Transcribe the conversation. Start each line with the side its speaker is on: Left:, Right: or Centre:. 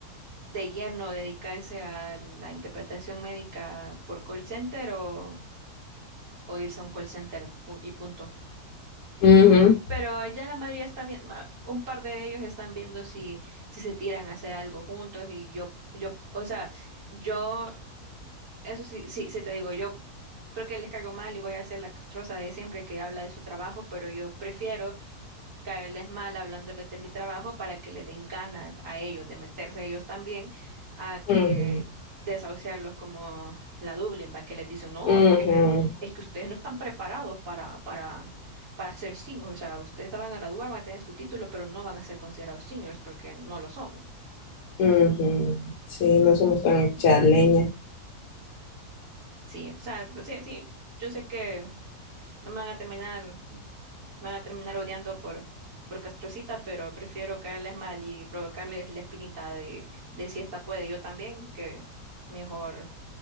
Right: de lleno dedicarse a la interpretación médica por call center o, o irse a un call center pu- y punto.
Left: Ujú,
Right: Pero ya la mayoría está viendo, un par de ellos están viendo si, si se tiran a hacer algo juntos y yo, yo, o sea, yo, eso sí, sí, sí te digo, yo creo que les caigo mal y voy a hacer la castrosa de siempre que habla de su trabajo, pero yo prefiero caerles mal hablándoles de mi trabajo para que le den ganas a ellos de meterse ellos también a que
Left: ujú,
Right: desahuciarlos como la Dublin, va que les dicen, no,
Left: ujú,
Right: es que, es que ustedes no están preparados para, para, para ser seniors, o sea, ustedes se van a graduar, van a tener su título, pero no van a ser considerados seniors porque no lo son.
Left: ujú. Sí, no somos tan chaleñas.
Right: Sí, o sea, pues sí, sí, yo sé que no me van a terminar Me van a terminar odiando por, por Castrocita, pero prefiero caerles mal y provocarles la espinita de, de si esta puede yo también, que mejor